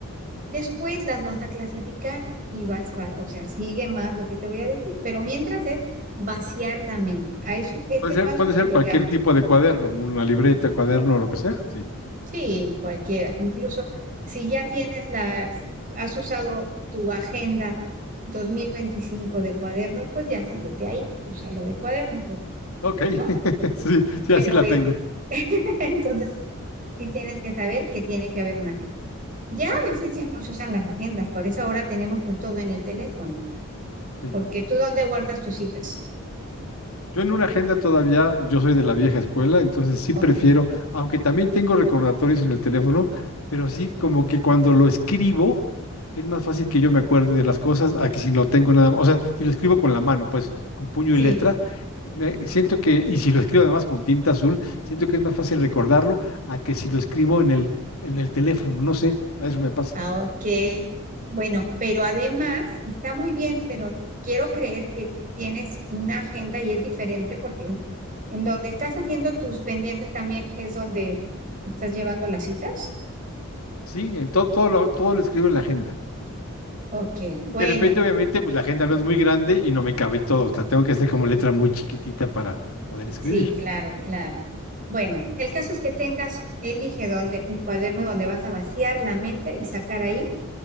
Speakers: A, on the right; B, on the left.
A: Después las vas a clasificar y vas,
B: Ok.
A: va- o sea, sigue más lo que te voy a decir. Pero mientras es vaciar la mente. A eso, este
B: Puede ser,
A: paso
B: puede
A: se
B: ser
A: le
B: cualquier
A: llama.
B: tipo de cuaderno, una libreta, cuaderno, lo que sea. Sí.
A: Sí, cualquiera. Incluso si ya tienes la, has usado tu agenda 2025 de cuaderno, pues ya síguete ahí. Úsalo de cuaderno, pero,
B: Ok, <laughs>
A: ¿no?
B: sí, sí,
A: pero
B: así la
A: es,
B: tengo.
A: <laughs> entonces sí tienes que saber que tiene que haber una agenda. Ya a veces ya no se usan las agendas, por eso ahora tenemos pues todo en el teléfono,
B: Sí.
A: porque tú dónde guardas tus citas.
B: Yo en una agenda todavía, yo soy de la vieja escuela, entonces sí
A: Ok,
B: prefiero, aunque también tengo recordatorios en el teléfono, pero sí como que cuando lo escribo es más fácil que yo me acuerde de las cosas a que si no tengo nada más. O sea, si lo escribo con la mano, pues con puño
A: sí,
B: y letra, me siento que, y si lo escribo además con tinta azul, siento que es más fácil recordarlo a que si lo escribo en el, en el teléfono, no sé, a eso me pasa.
A: ah, ok. Bueno, pero además está muy bien, pero quiero creer que tienes una agenda y es diferente porque en, en donde estás haciendo tus pendientes también es donde estás llevando las citas.
B: Sí, en todo, todo lo, todo lo escribo en la agenda.
A: Ok,
B: Y
A: bueno.
B: de repente, obviamente, pues la agenda no es muy grande y no me cabe todo. O sea, tengo que hacer como letra muy chiquitita para poder escribir.
A: Sí, claro, claro. Bueno, el caso es que tengas, elige donde, un cuaderno donde vas a vaciar la mente y sacar ahí